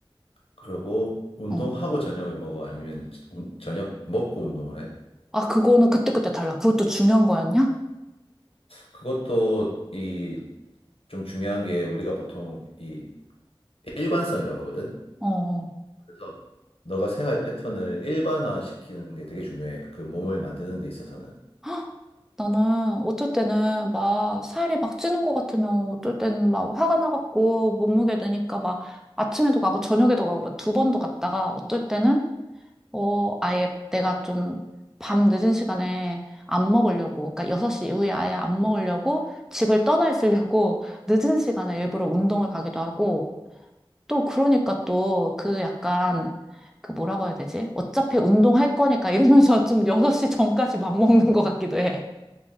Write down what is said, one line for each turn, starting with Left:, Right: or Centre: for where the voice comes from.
Left: 그리고 운동하고
Centre: 어.
Left: 저녁을 먹어? 아니면 운- 저녁 먹고 운동을 해?
Centre: 아, 그거는 그때그때 달라. 그것도 중요한 거였냐?
Left: 그것도 이 좀 중요한 게 우리가 보통 이 일관성이라고 하거든.
Centre: 어. 어.
Left: 그래서 너가 생활 패턴을 일관화시키는 게 되게 중요해. 그 몸을 만드는 데 있어서는.
Centre: 헉! 나는 어쩔 때는 막 살이 막 찌는 것 같으면 어쩔 때는 막 화가 나갖고 몸무게 드니까 막 아침에도 가고 저녁에도 가고 막 두 번도 갔다가 어쩔 때는 어 아예 내가 좀 밤 늦은 시간에 안 먹으려고 그러니까 6시 이후에 아예 안 먹으려고 집을 떠나 있으려고 <laughs> 늦은 시간에 일부러 운동을 가기도 하고 또 그러니까 또 그 약간 그 뭐라고 해야 되지? 어차피 운동할 거니까 이러면서 <laughs> 좀 6시 전까지 맘먹는 것 같기도 해.